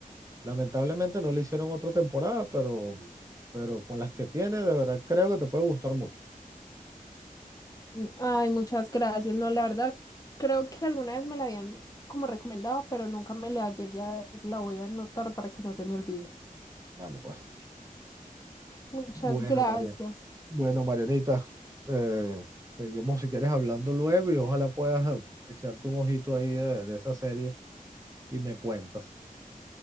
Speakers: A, on the right (about 20°); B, on the left (about 25°).
A: Lamentablemente no le hicieron otra temporada, pero, pero con las que tiene, de verdad creo que te puede gustar mucho.
B: Mm, Ay, muchas gracias. No, la verdad, creo que alguna vez me la habían como recomendado, pero nunca me la llegué a ver. La voy a anotar para que no se me olvide.
A: Vale, pues.
B: Muchas
A: Bueno,
B: gracias.
A: Marian. Bueno, Marianita, eh, seguimos si quieres hablando luego y ojalá puedas eh, echarte un ojito ahí de, de esa serie y me cuentas.